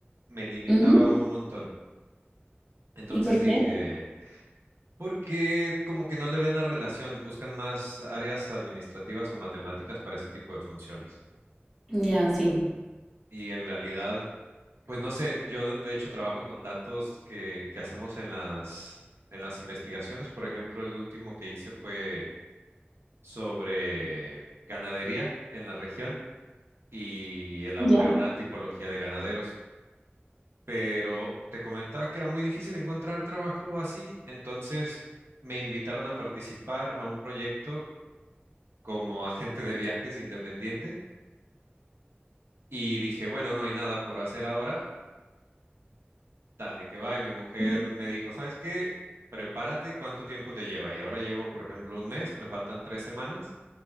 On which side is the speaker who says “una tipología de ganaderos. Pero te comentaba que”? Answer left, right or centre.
Right